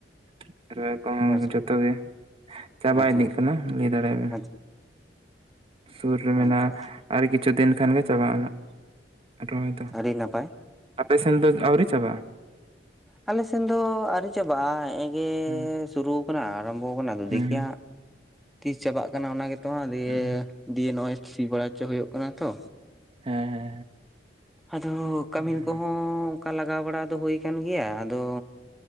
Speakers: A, on the right; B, in the centre.
A: ᱾ ᱠᱚᱦᱚᱸ
B: ᱟᱪᱪᱷᱟ
A: ᱡᱚᱛᱚ ᱜᱮ ᱪᱟᱵᱟ
B: ᱟᱪᱪᱷᱟ
A: ᱤᱫᱤᱜ ᱠᱟᱱᱟ ᱞᱟᱹᱭ ᱫᱟᱲᱮ ᱟᱵᱤᱱ᱾
B: ᱟᱪᱪᱷᱟ
A: ᱥᱩᱨ ᱨᱮ ᱢᱮᱱᱟᱜᱼᱟ
B: ᱟᱪᱪᱷᱟ
A: ᱟᱨ ᱠᱤᱪᱷᱩ ᱫᱤᱱ ᱠᱷᱟᱱ ᱜᱮ ᱪᱟᱵᱟᱜᱼᱟ ᱟᱱᱟ ᱨᱚᱦᱚᱭ ᱫᱚ᱾
B: ᱟᱹᱰᱤ ᱱᱟᱯᱟᱭ᱾
A: ᱟᱯᱮ ᱥᱮᱱ ᱫᱚ ᱟᱹᱣᱨᱤ ᱪᱟᱵᱟᱜ-ᱟ?
B: ᱟᱞᱮ ᱥᱮᱱ ᱫᱚ ᱟᱹᱣᱨᱤ ᱪᱟᱵᱟᱜᱼᱟ ᱦᱮᱜ- ᱮ ᱜᱮ
A: ᱦᱮᱸ
B: ᱥᱩᱨᱩ ᱠᱟᱱᱟ ᱟᱨᱟᱢᱵᱚ ᱟᱠᱟᱱᱟ ᱟᱫᱚ
A: ᱦᱮᱸ
B: ᱫᱮᱠᱷᱤ ᱦᱟᱸᱜ ᱛᱤᱥ ᱪᱟᱵᱟᱜ ᱠᱟᱱᱟ ᱚᱱᱟ ᱜᱮᱛᱚ ᱦᱟᱸ ᱫᱤᱭᱮ
A: ᱦᱮᱸ
B: ᱫᱤᱭᱮ ᱱᱚᱜᱼᱚᱭ ᱥᱤ ᱵᱟᱲᱟ ᱦᱚᱪᱚ ᱦᱩᱭᱩᱜ ᱠᱟᱱᱟ ᱛᱚ᱾
A: ᱦᱮᱸ ᱦᱮᱸ᱾
B: ᱟᱫᱚ ᱠᱟᱹᱢᱤᱱ
A: ᱦᱮᱸ
B: ᱠᱚᱦᱚᱸ ᱚᱱᱠᱟ ᱞᱟᱜᱟᱣ ᱵᱟᱲᱟ ᱫᱚ ᱦᱩᱭ ᱠᱟᱱ ᱜᱮᱭᱟ ᱟᱫᱚ᱾